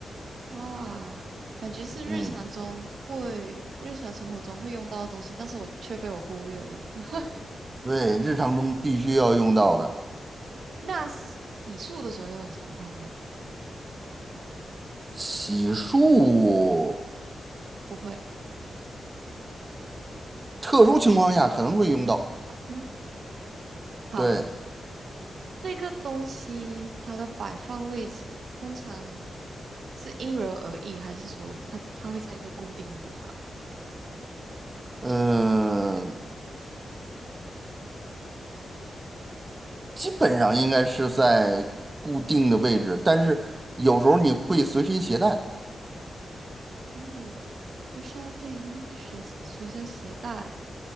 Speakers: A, on the right; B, on the right.
A: 哇，感觉是日常中会，
B: 嗯，
A: 日常生活中会用到的东西，但是我却被我忽略了。<laughs>
B: 对，日常中必须要用到的，
A: 那洗漱的时候用得上它吗？
B: 洗漱，
A: 不会。
B: 特殊情况下可能会用到。
A: 嗯好，
B: 对，
A: 这个东西它的摆放位置通常是因人而异，还是说它它会在一个固定的地方？
B: 嗯，基本上应该是在固定的位置，但是有时候你会随身携带，
A: <laughs> 嗯，不需要电又会随随身携带。